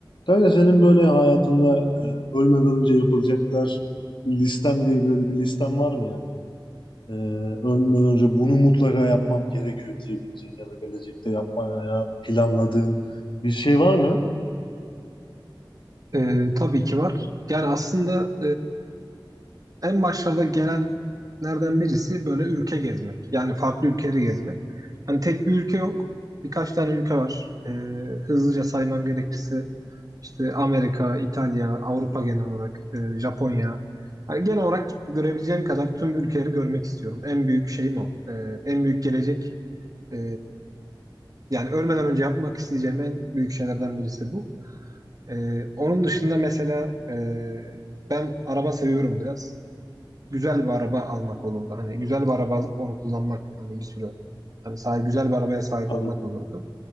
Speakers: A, on the left; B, on the right.
A: Kanka senin böyle hayatında e, ölmeden önce yapılacaklar listem diye böyle bir listem var mı yani? E, ölmeden önce bunu mutlaka yapmam gerekiyor diyebileceğin ya da gelecekte yapmaya planladığın bir şey var mı?
B: Ee, tabii ki var. Yani aslında e, en başlarda gelenlerden birisi böyle ülke gezmek. Yani farklı ülkeleri gezmek. Hani tek bir ülke yok. Birkaç tane ülke var. Ee, hızlıca saymam gerekirse işte Amerika, İtalya, Avrupa genel olarak, e, Japonya. Hani genel olarak görebileceğim kadar tüm ülkeleri görmek istiyorum. En büyük şeyim o. Ee, en büyük gelecek. e, yani ölmeden önce yapmak isteyeceğim en büyük şeylerden birisi bu. Ee, onun dışında mesela e, ben araba seviyorum biraz. Güzel bir araba almak olurdu. Hani güzel bir araba alıp onu kullanmak hani bir süre hani sahip, güzel bir arabaya sahip
A: Anladım.
B: olmak olurdu.